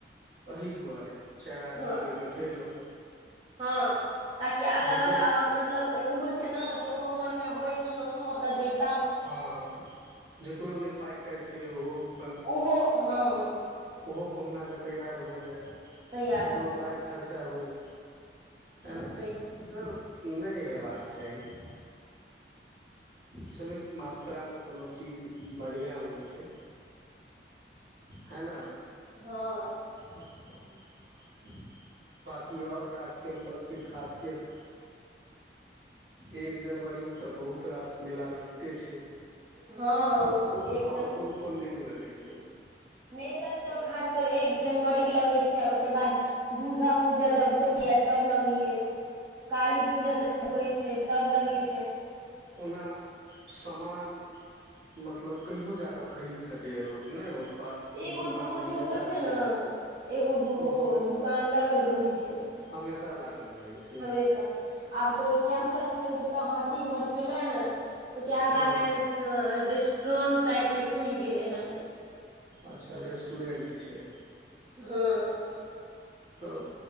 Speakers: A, on the right; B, on the right.
A: अही दुआरे चारि आदमी
B: हँ
A: के देखेलउ
B: हँ ताकि आगा
A: जकर
B: बला मतलब एगो हो इ छन की ओकरो मन मे होय कि हमहु ओत जइतौ
A: हँ जकरो नइ पाइ ताइ छै ओहो अपन
B: ओहो हँ हँ
A: ओहो कहुनाकऽ तैआर भऽ जाइ
B: तैयार
A: ओकरो
B: भऽ जाय
A: पाइ खर्चा होइ एना
B: हँ सही
A: तऽ इसब नहि हेबाक चाही सीमित मात्रामे कोनो चीज बढ़िआँ होइ छै हैना
B: हँ
A: <unintelligible> बाकी और राज कैम्पस के खासियत एक जनवरी तऽ बहुत रास मेला लगिते छै
B: हँ
A: ओर को
B: एक
A: ओर
B: जनवरी
A: कोन कोन दिन लगै छै
B: मेला तऽ खास कर एक जनवरी के लगै छै के बाद दुर्गा पूजा जब होय तब लगे य काली पूजा जब होइ छै तब लगै छै
A: ओना सामान मतलब कहियो जा कऽ खरीद सकैए लोक नहि ओ अ
B: एगो
A: दुकान
B: दूगो
A: हमेशा
B: जे होइ
A: छै
B: ने एगो दूगो
A: अो हम
B: दुकान लगल रहै छै
A: हमेशा लागल रहै छै
B: हमेशा आब तऽ ओई कैम्पस मे जतऽ हाथी घर छलेहां कियाकी आगा
A: हँ
B: मे रेस्क ट्रन टाइपके खुलि गेलै हन
A: अच्छा रेस्टोरेंट छै
B: हँ
A: तऽ